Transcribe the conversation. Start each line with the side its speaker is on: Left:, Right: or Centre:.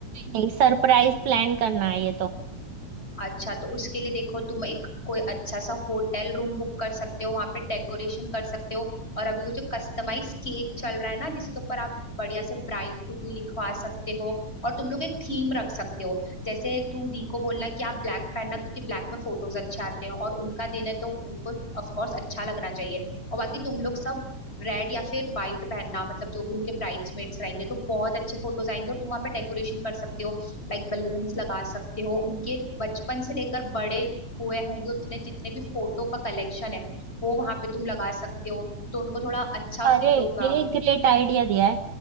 Right: नहीं सरप्राइज प्लान करना है ये तो
Left: अच्छा तो उसके लिए देखो तुम एक कोई अच्छा सा होटल रूम बुक कर सकते हो वहां पे डेकोरेशन कर सकते हो और अभी वो जो कस्टमाइज केक चल रहा है ना जिसके ऊपर आप बढ़िया से ब्राइड टू भी लिखवा सकते हो और तुम लोग एक थीम रख सकते हो जैसे तू दी को बोलना कि आप ब्लैक पहनना क्योंकि ब्लैक में फोटोज अच्छे आते हैं और उनका दिन है तो उनको ऑफ कोर्स अच्छा लगना चाहिए और बाकी तुम लोग सब रेड या फिर व्हाइट पहनना मतलब जो भी उनके ब्राइड्समेट्स रहेंगे तो बहुत अच्छे फोटोज आएंगे और तुम वहाँ पे डेकोरेशन कर सकते हो लाइक बलून्स लगा सकते हो उनके बचपन से लेकर बड़े हुए होंगे उतने जितने भी फोटो का कलेक्शन है वो वहां पे तुम लगा सकते हो तो उनको थोड़ा अच्छा
Right: अरे
Left: फील होगा
Right: ये ग्रेट आइडिया दिया है